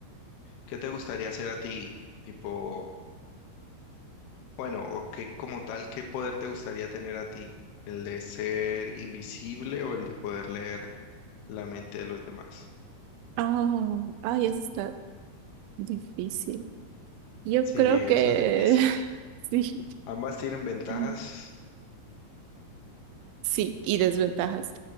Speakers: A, on the left; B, on the right.
A: ¿qué te gustaría hacer a ti? Tipo, bueno, o qué como tal, ¿qué poder te gustaría tener a ti? ¿El de ser invisible o el de poder leer la mente de los demás?
B: Ah, ay, eso está difícil. Yo
A: Sí,
B: creo que
A: eso es difícil.
B: <laughs> sí.
A: Ambas tienen ventajas
B: Ah, Sí, y desventajas.